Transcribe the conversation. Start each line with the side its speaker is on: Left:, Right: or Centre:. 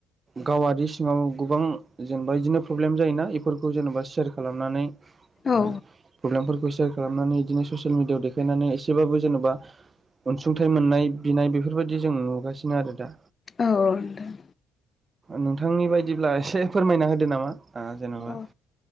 Right: गावारि सिङाव गोबां जेनेबा बिदिनो प्रब्लेम जायोना बेफोरखौ जेनेबा सेयार खालामनानै
Left: औ
Right: प्रब्लेमफोर खौ सेयार खालामनानै बिदिनो ससियेल मिडियाआव देखायनानै एसेबाबो जेनेबा अनसुंथाइ मोननाय बिनाय बेफोरबायदि जों नुगासिनो आरो दा
Left: औ औ नोंथां
Right: नोंथांनि बायदिब्ला एसे फोरमायना होदो नामा जेन'बा
Left: अ